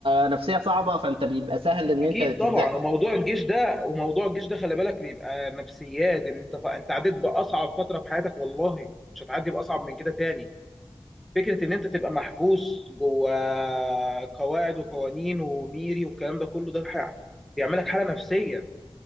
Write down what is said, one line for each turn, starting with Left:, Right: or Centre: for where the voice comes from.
Right: نفسيه صعبه فانت بيبقى سهل ان
Centre: اكيد
Right: انت تتزق
Centre: طبعا وموضوع الجيش ده وموضوع الجيش ده خلي بالك بيبقى نفسيات ان انت ف... انت عديت باصعب فتره في حياتك والله مش هتعدي باصعب من كده تاني فكره ان انت تبقى محبوس جوه قواعد وقوانين وميري والكلام ده كله ده ح- بيعملك حاله نفسيه